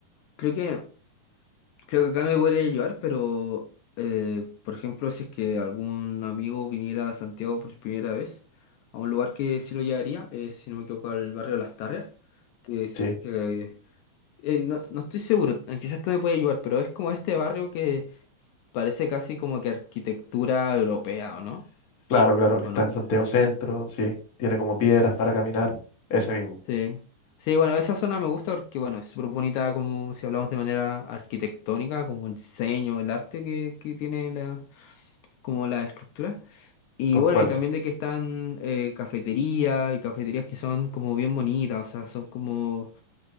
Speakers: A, on the left; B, on the left.
A: creo que Creo que acá me podría ayudar, pero eh, por ejemplo, si es que algún amigo viniera a Santiago por primera vez, a un lugar que sí lo llevaría, es, si no me equivoco, al barrio de Las Tarrias, que es
B: Sí.
A: que eh, no, no estoy seguro, eh, quizás tú me puedes ayudar, pero es como este barrio que parece casi como que arquitectura europea, ¿o no?
B: Claro, claro, que
A: ¿O
B: está
A: no?
B: en Santiago Centro,
A: Sí,
B: sí. Tiene como
A: sí,
B: piedras
A: s-
B: para caminar. Ese mismo.
A: sí. Sí, bueno, esa zona me gusta porque, bueno, es súper bonita como si hablamos de manera arquitectónica, como el diseño, el arte que, que tiene la como la estructura. Y
B: Concuerdo.
A: bueno, y también de que están eh, cafeterías y cafeterías que son como bien bonitas, o sea, son como,